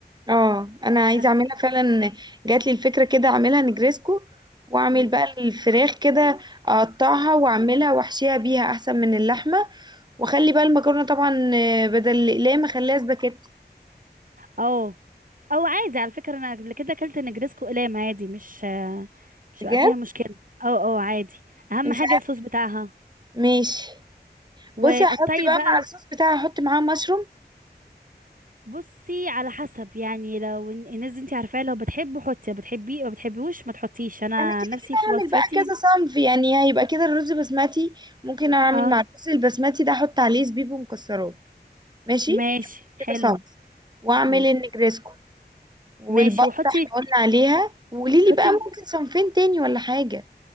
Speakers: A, on the right (about 25°); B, on the right (about 50°).
A: اه انا عايزه
B: حاسة
A: اعملها فعلا جات لي الفكره كده اعملها نجريسكو واعمل
B: مم.
A: بقى الفراخ كده اقطعها واعملها واحشيها بيها احسن من اللحمه واخلي بقى المكرونه طبعا آه، بدل الاقلام اخليها سباكيت
B: اه او عادي على فكرة انا قبل كده اكلت نجريسكو قلام عادي مش آه، مش
A: بجد
B: بقى فيها مشكلة اه اه عادي اهم
A: مش
B: حاجة
A: عارف-
B: الصوص بتاعها
A: ماشي بصي
B: وقطعي
A: هحط بقى
B: بقى
A: مع الصوص بتاعي هحط معاه مشروم
B: بصي على حسب يعني لو ال- الناس دي انت عارفاه لو بتحبه حطي لو بتحبيه ما بتحبيهوش ما تحطيش انا
A: انا كده
B: نفسي
A: كده
B: في
A: هعمل
B: وصفتي
A: بقى كذا صنف يعني هيبقى كده الرز بسمتي ممكن اعمل
B: اه
A: مع الرز البسمتي ده احط عليه زبيب ومكسرات ماشي
B: ماشي حلو
A: كده صنف واعمل
B: ماشي
A: النجريسكو والبطه
B: ماشي وحطي
A: احنا قلنا عليها وقوليلي
B: حطي
A: بقى ممكن صنفين تاني ولا حاجه